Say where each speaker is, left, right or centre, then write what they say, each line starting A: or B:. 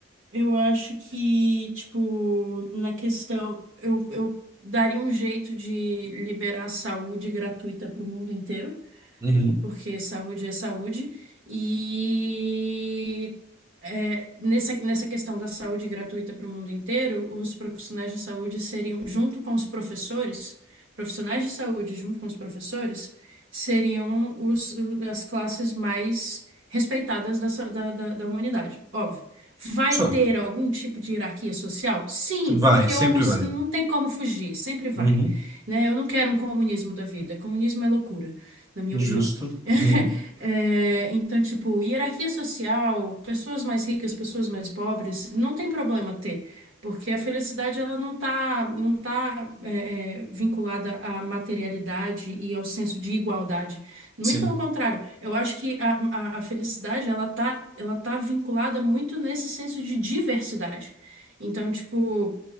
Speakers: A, on the right; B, on the right.
A: eu acho que, tipo, na questão, eu, eu daria um jeito de liberar a saúde gratuita para o mundo inteiro
B: Uhum.
A: porque saúde é saúde. E é, nessa, nessa questão da saúde gratuita para o mundo inteiro, os profissionais de saúde seriam, junto com os professores, profissionais de saúde junto com os professores, seriam os, as classes mais respeitadas da, sa- da, da da humanidade, óbvio. Vai
B: Só.
A: ter algum tipo de hierarquia social? Sim,
B: Vai,
A: porque
B: sempre
A: os,
B: vai.
A: não tem como fugir, sempre vai,
B: Uhum.
A: né? Eu não quero um comunismo da vida, comunismo é loucura, na minha
B: Justo.
A: opinião. <laughs>
B: Uhum.
A: É, então, tipo, hierarquia social, pessoas mais ricas, pessoas mais pobres, não tem problema ter, porque a felicidade ela não tá, não tá é, é, vinculada à materialidade e ao senso de igualdade. Muito
B: Sim.
A: pelo contrário, eu acho que a, a, a felicidade ela tá, ela tá vinculada muito nesse senso de diversidade. Então, tipo,